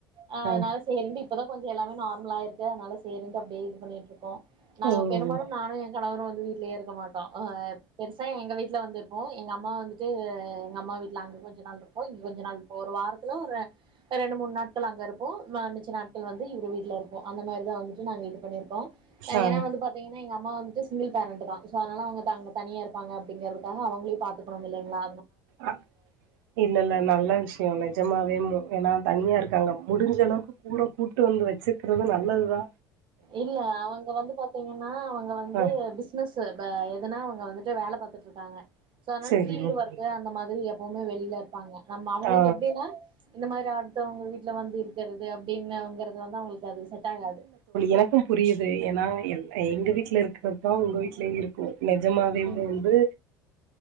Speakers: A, on the right; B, on the right.
A: அ
B: ஆ
A: அதுனால சேரின்டு இப்பதா கொஞ்ச எல்லாமே நார்மலா இருக்கு அதனால சேரின்டு அப்டியே இது பண்ணிட்ருக்கோ நாங்க
B: ம்
A: பெரும்பாலும்
B: ம்
A: நானு எ‌ கணவரு வந்து வீட்லயே இருக்க மாட்டோ அ பெருசா எங்க வீ ட்ல வந்துருப்போ எங்க அம்மா வந் து எங்க அம்மா வீட்ல அங்க கொஞ்ச நாள் இருப்போ இங்க கொஞ்ச நாள் இருப்போ ஒரு வாரத்துல ஒரு ரெண்டு மூணு நாட்கள் அங்க இருப்போ ந மிச்ச நாட்கள் வந்து இவரு வீட்ல இருப்போ அந்த மாதிரி தா வந்துட்டு நாங்க இது பண்ணிருக்கோ
B: ஆ
A: ஏனா வந்து பாத்தீங்க எங்க அம்மா வந்துட்டு சிங்கிள் பேரண்ட் தா சொ அதனால அவங்க தங்க தனியா இருப்பாங்க அப்டிங்கிறதுக்காக அவங்களயு பாத்துக்கணு இல்லிங்ளா
B: அ இல்லல்ல நல்ல விஷய நிஜமாவே மு ஏன்னா தனியா இருக்காங்க முடிஞ்ச அளவுக்கு கூட கூட்டு வந்து வச்சுக்கறது நல்லது தா
A: இல்ல அவங்க வந்து பாத்தீங்கன்னா அவங்க வந்து
B: ஆ
A: பிசினசு பா எதுனா அவங்க வந்துட்டு வேல பத்துட்டுருக்காங்க சோ அதனால
B: சரி
A: பீல்டு
B: ஓகே
A: ஒர்க்கு அந்த மாதிரி ப்போமே வெளில இருப்பாங்க ஆம்மா அவங்களுக்கு
B: ஆ
A: எப்டின்னா இந்த மாதிரி அடுத்தவங்க வீட்ல வந்து இருக்கிறது அப்டின்னங்கறதுல தா அவுங் அது செட்டாகாது
B: எனக்கும் புரியுது ஏன்னா எங்க வீட்ல இருக்கறதா உங்க வீட்லயு இரு நெஜமாவேவுந்து
A: ம்